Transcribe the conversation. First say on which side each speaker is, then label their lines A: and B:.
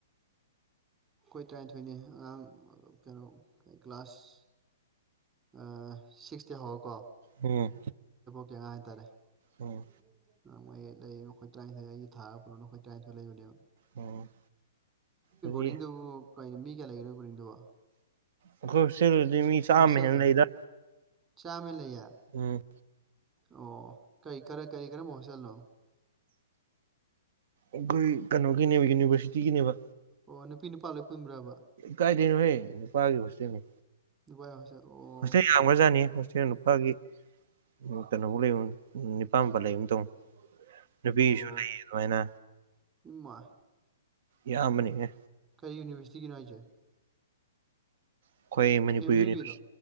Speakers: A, on the right; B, on the right.
A: ꯑꯩꯈꯣꯏ ꯇꯔꯥꯅꯤꯊꯣꯏꯅꯦ ꯑꯉꯥꯡ ꯀꯩꯅꯣ ꯀ꯭ꯂꯥꯁ ꯑ ꯁꯤꯛꯁꯇꯩ ꯍꯧꯔꯒꯀꯣ
B: ꯎꯝ꯫
A: ꯍꯥꯏꯇꯥꯔꯦ꯫
B: ꯎꯝ
A: <inaudible> ꯅꯪ ꯃ ꯂꯩ ꯅꯈꯣꯏ ꯇꯔꯥꯟꯊꯣꯏ ꯑꯩꯒꯤ ꯊꯥꯔꯒ ꯄꯨꯜꯂ ꯅꯈꯣꯏ ꯇꯔꯥꯟꯊꯣꯏ ꯂꯩꯕꯅꯦꯕ꯫
B: ꯎꯝ ꯑꯗꯨꯗꯤ
A: <unintelligible> ꯀꯩꯅꯣ ꯃꯤ ꯀꯌꯥ ꯂꯩꯒꯦ ꯅꯣꯏ ꯕ꯭ꯔꯣꯗꯤꯡꯗꯨꯕꯣ꯫
B: ꯑꯩꯈꯣꯏ ꯍꯣꯁꯇꯦꯜ ꯃꯤ ꯃꯤ ꯆꯥꯝꯃ
A: ꯍꯣꯁꯇꯦꯜꯗ
B: ꯍꯦꯟꯅ ꯂꯩꯗꯥ꯫
A: ꯆꯥꯝꯃ ꯂꯩꯌꯦ꯫
B: ꯎꯝ꯫
A: ꯑꯣ ꯀꯔꯤ ꯀꯔ ꯀꯔꯤ ꯀꯔꯝꯕ ꯍꯣꯁꯇꯦꯜꯅꯣ꯫
B: ꯑꯩꯈꯣꯏ ꯀꯩꯅꯣ <unintelligible> ꯌꯨꯅꯤꯕꯔꯁꯤꯇꯤꯒꯤꯅꯦꯕ
A: ꯑꯣ ꯅꯨꯄꯤ ꯅꯨꯄꯥ ꯂꯣꯏ ꯄꯨꯟꯕ꯭ꯔꯕ
B: ꯀꯥꯏꯗꯩꯅꯣꯍꯩ ꯅꯨꯄꯥꯒꯤ ꯍꯣꯁꯇꯦꯜꯅꯤ꯫
A: ꯥꯅꯨꯄꯥꯏ ꯍꯣꯁꯇꯦꯜ꯫ ꯑꯣ
B: ꯍꯣꯁꯇꯦꯜ ꯌꯥꯝꯈ꯭ꯔꯖꯥꯠꯅꯤ ꯍꯣꯁꯇꯦꯜ ꯅꯨꯄꯥꯒꯤ꯫ ꯎꯝ ꯀꯩꯅꯣꯕꯣꯛ ꯂꯩꯕꯅꯤ ꯅꯤꯄꯥꯟ ꯃꯥꯄꯟ ꯂꯩꯒꯨꯝ ꯇꯧꯕꯅꯤ꯫ ꯅꯨꯄꯤꯒꯤꯁꯨ
A: ꯑꯣ
B: ꯂꯩꯌꯦ ꯑꯗꯨꯃꯥꯏꯅ꯫
A: ꯏꯃꯥ
B: ꯌꯥꯝꯕꯅꯦꯍꯦ꯫
A: ꯀꯔꯤ ꯌꯨꯅꯤꯚꯔꯁꯤꯇꯤꯒꯤꯅꯣ ꯍꯥꯏꯖꯦ꯫
B: ꯑꯩꯈꯣꯏ ꯃꯅꯤꯄꯨꯔ ꯌꯨꯅꯤꯚꯔꯁꯤ
A: ꯌꯨꯒꯤꯔꯣ